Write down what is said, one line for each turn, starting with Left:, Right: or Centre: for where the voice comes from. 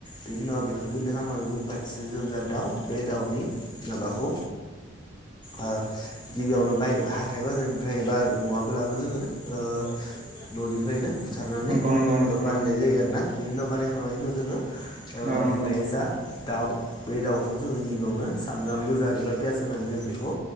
Left: बेनि उनाव बेखौ गुन्दै खालामनानै गफारथिसो जौजा दाउ बे दाउनि माबाखौ ओ गिबियावनो बाय हा हाथाइ बाजारनिफ्राय एबा नङाब्लाबो जोङो ओ न'निफ्रायनो बुथारनानै
Right: नंगौ नोंथां नंगौ नोंथां नंगौ नोंथां नंगौ नंगौ नोंथां नंगौ
Left: बानायनाय जायो आरो ना बिनि उनाव बानाय <unintelligible> उनाव जोङो ओ
Right: औ नंगौ नोंथां नंगौ औ नंगौ नोंथां नंगौ औ नंगौ
Left: बे जा दाउ बे दाउखौ जोङो गिबियावनो सामब्राम गोजा एबा पियास होनानै जोङो बेखौ,